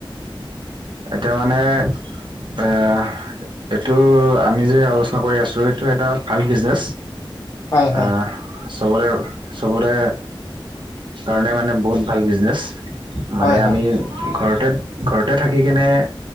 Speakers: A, on the right; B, on the left.
A: এতিয়া মানে এ এইটো আমি যে আলোচনা কৰি আছো এইটো এটা ভাল বিজনেচ
B: হয়, হয়,
A: আহ চবৰে চবৰে কাৰণে মানে বহুত ভাল বিজনেচ মানে
B: হয়, হয়,
A: আমি ঘৰতে ঘৰতে থাকি কেনে